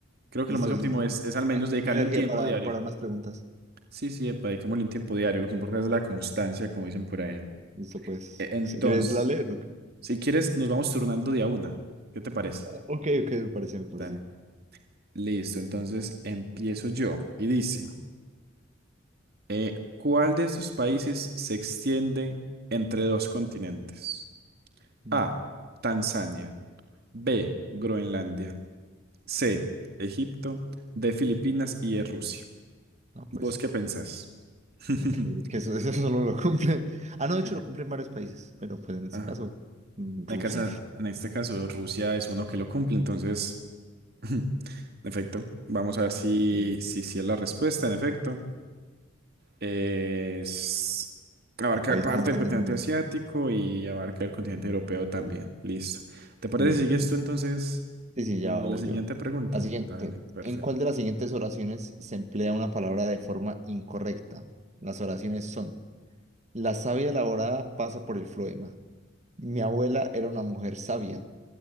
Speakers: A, on the right; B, on the right.
A: Creo que
B: listo,
A: lo más óptimo
B: sí, sí.
A: es, es
B: ¿Qué
A: al menos dedicarle
B: energía
A: un tiempo
B: para,
A: diario.
B: para más preguntas?
A: Sí, sí, epa, dediquémosle un tiempo diario. Lo que importa es la constancia, como dicen por ahí.
B: Listo, pues.
A: E- Entonces,
B: Si quieres, la lees, ¿o qué?
A: si quieres, nos vamos turnando día una. ¿Qué te parece?
B: Ah, Ok, ok, me pareció, me pareció.
A: Dale. Listo, entonces empiezo yo. Y dice, eh, ¿cuál de estos países se extiende entre dos continentes?
B: No,
A: A, Tanzania. B, Groenlandia. C, Egipto. D, Filipinas y E, Rusia.
B: no, pues.
A: ¿Vos qué pensás? <laughs>
B: ok, Que eso, <laughs> eso solo lo cumple. Ah, no, de
A: Eh,
B: hecho lo cumplen varios países, pero pues en este
A: Ajá.
B: caso, mm, Rusia.
A: En casa-
B: <laughs>
A: en este caso, Rusia es uno que lo cumple, entonces, <laughs> en efecto, vamos a ver si,
B: Sí,
A: si, si es la respuesta, en efecto. Es, abarca
B: el país
A: parte
B: más grande
A: del continente
B: del mundo,
A: asiático y abarca el continente europeo también. Listo. ¿Te parece
B: en efecto.
A: si sigues tú entonces
B: Sí, sí,
A: con
B: ya huyo.
A: la siguiente pregunta?
B: La siguiente.
A: Dale, perfecto.
B: ¿En cuál de las siguientes oraciones se emplea una palabra de forma incorrecta? Las oraciones son: La savia elaborada pasa por el floema. Mi abuela era una mujer sabia.